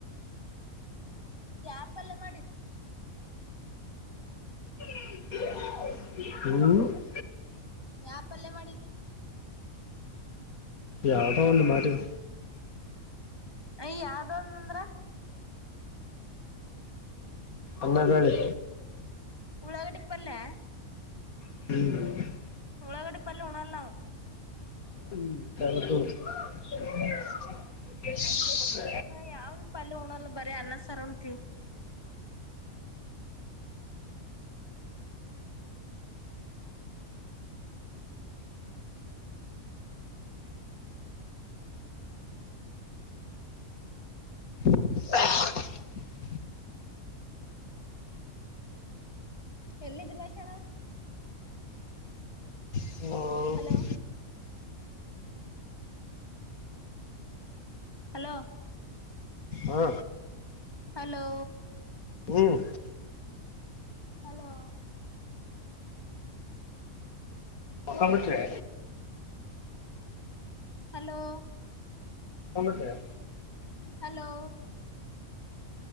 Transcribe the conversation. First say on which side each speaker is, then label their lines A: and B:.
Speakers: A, on the left; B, on the left.
A: ಯಾವ ಪಲ್ಯ ಮಾಡಿದ್ದ್.
B: ಹ <inaudible>
A: ಯಾವ ಪಲ್ಯ ಮಾಡಿದಿ.
B: ಯಾವ್ದೋ ಒಂದು ಮಾಡನೀ.
A: ಅಯ್ಯೋ ಯಾವ್ದ ಒಂದು ಅಂದ್ರ.
B: ಅವರೆಕಾಯಿ.
A: ಉಳ್ಳಾಗಡ್ಡಿ ಪಲ್ಯ.
B: ಹ್ಮ್
A: ಉಳ್ಳಾಗಡ್ಡಿ ಪಲ್ಲ ಉಣರ್ಲ್ಲವು.
B: <inaudible>
A: ನಾ ಯಾವ್ದ ಪಲ್ಯ ಉಣ್ಣಲ್ಲ ಬರೀ ಅನ್ನ ಸರ್ ಉಂತಿ.
B: ಹ. <inaudible>
A: ಎಲ್ಲಿದೆ ಮಹೇಶಣ್ಣ.
B: ಅ
A: ಹಲೋ ಹಲೋ
B: ಹಾ.
A: ಹಲೋ
B: ಹ್ಮ್,
A: ಹಲೋ,
B: ಮಕ್ಕೊಂಡ್ ಬಿಟ್ರೆ
A: ಹಲೋ
B: ಂದಟ <unintelligible>
A: ಹಲೋ